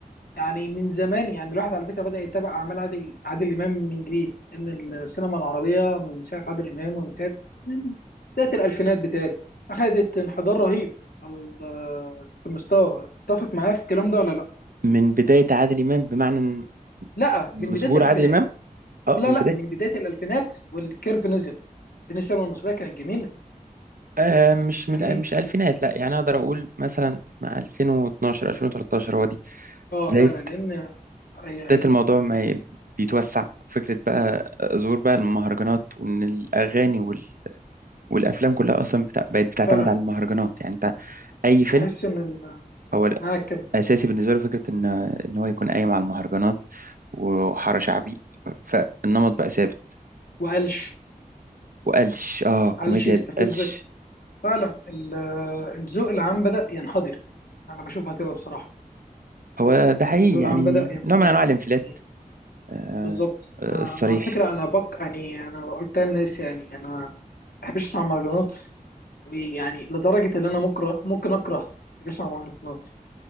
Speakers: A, on the left (about 90°); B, on the right (about 70°).
A: يعني من زمان يعني الواحد على فكره بدا يتابع اعمال عادل عادل امام من جديد ان السينما العربيه من ساعه عادل امام ومن ساعه من بدايه الالفينات بتاعي اخذت انحدار رهيب على- آه، في المستوى تتفق معايا في الكلام ده ولا لا
B: من بداية عادل إمام بمعنى إن
A: لا
B: من
A: من بدايه
B: ظهور
A: الالفينات
B: عادل إمام اه
A: لا
B: من
A: لا
B: بداية
A: من بدايه الالفينات والكيرف نزل لان السينما المصريه كانت جميله
B: آه مش من
A: فاهمني
B: مش ألفينات لا يعني أقدر أقول مثلا مع 2012 2013 هو دي
A: اه
B: بداية
A: فعلا لان اي
B: بداية
A: اي
B: الموضوع ما ي- بيتوسع فكرة بقى آه، ظهور بقى المهرجانات وإن الأغاني وال... والأفلام كلها أصلا بتاع... بقت بتعتمد
A: فعلا
B: على المهرجانات يعني أنت أي فيلم
A: تحس ان
B: هو
A: المعاكب
B: اساسي بالنسبه له فكره ان ان هو يكون قايم على المهرجانات وحاره شعبي فالنمط بقى ثابت
A: وقلش
B: وقلش اه كوميديا
A: قلش يستفزك
B: القلش
A: فعلا ال- آه، الذوق العام بدأ ينحدر انا بشوفها كده الصراحه
B: هو ده حقيقي
A: الذوق
B: يعني
A: العام بدأ ينحدر
B: نوع من انواع الانفلات
A: يعني
B: آه
A: بالظبط
B: آه،
A: انا
B: الصريح
A: انا على فكره انا بق يعني انا قلت للناس يعني انا ما بحبش اسمع مهرجانات ويعني لدرجه ان انا ممكن ممكن اكره اللي بيسمع مهرجانات